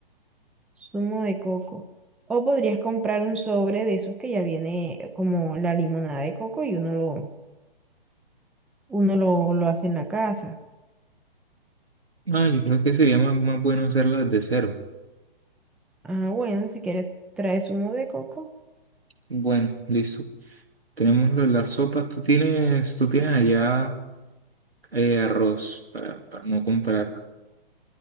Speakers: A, in the centre; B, on the right (about 80°).
A: zumo de coco. O podrías comprar un sobre de esos que ya viene eh, como la limonada de coco y uno lo, uno lo, lo hace en la casa.
B: Ah, yo creo que sería más, más bueno hacerlas de cero.
A: Ah, bueno, si quieres trae zumo de coco.
B: Bueno, listo. Tenémoslo en la sopa. Tú tienes, tú tienes allá eh, arroz para, para no comprar.